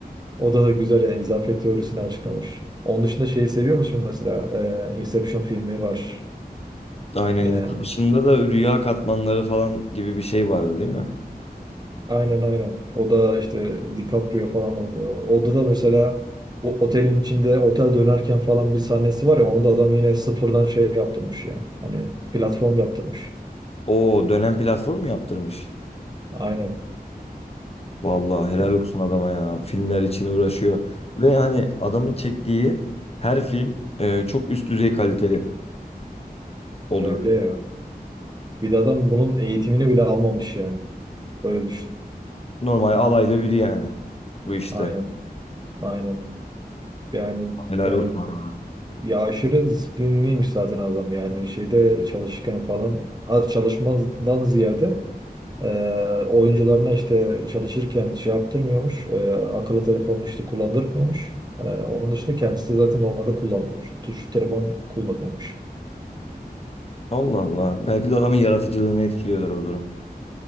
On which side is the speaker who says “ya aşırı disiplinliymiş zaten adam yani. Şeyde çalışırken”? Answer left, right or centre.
Right